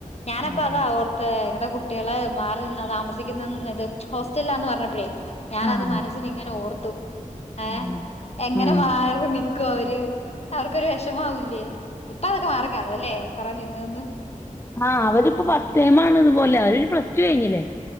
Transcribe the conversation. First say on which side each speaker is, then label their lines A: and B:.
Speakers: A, on the left (about 50°); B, on the left (about 20°).
A: ഞാനപ്പ
B: അതെ
A: അതാ ഓർത്തെ എങ്ങട്ടാ കു കുട്ടികള് മാറി നിന്നാ താമസിക്കുന്നത്. ഹോസ്റ്റലിലാന്ന് പറഞ്ഞപ്പഴേ? ഞാനത്
B: ആഹ്
A: മനസ്സിൽ ഇങ്ങനെ ഓർത്തു. ഏ
B: ആഹ്
A: എങ്ങനെ
B: ആഹ്
A: മാറി നി ക്കുവോ അവര്? അവർക്കൊരു വെഷമാവൂല്ലേ? ഇപ്പൊ അതൊക്കെ മാറി കാണു അല്ലെ കൊറെ നിന്ന് ന്ന്
B: ആ അവരിപ്പോ ഫസ്റ്റ് ടൈം ആണിതുപോലെ അവരു പ്ലസ്ടു കഴിഞ്ഞിലേ